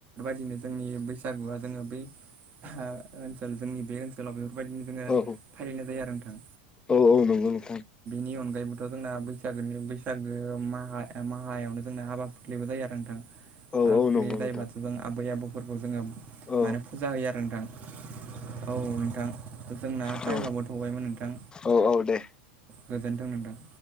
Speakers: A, on the right (about 35°); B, on the left (about 15°).
A: बिदिनो जोंनि बैसागुआ जोङो बै ओ ओनसोल जोंनि बे ओनसोलाव बेफोर बायदिनो जोङो
B: औ
A: फालिनाय जायो आरो नोंथां।
B: औ औ नंगौ नोंथां।
A: नि अनगायैबोथ' जोंना बैसागोनि बैसागो माहा माहायावनो जोंना हाबा फुत्लिबो जायो आरो नोंथां।
B: औ
A: हाबफुत्लि
B: औ नंगौ
A: जायोब्लाथ'
B: नोंथां।
A: जों आबै आबौफोरखौ जोङो
B: औ
A: माने फुजा होयो आरो नोंथां। औ नोंथां जोंना
B: औ
A: टाइमाबो थौबायमोन नोंथां।
B: औ औ दे।
A: गोजोनथों नोंथां।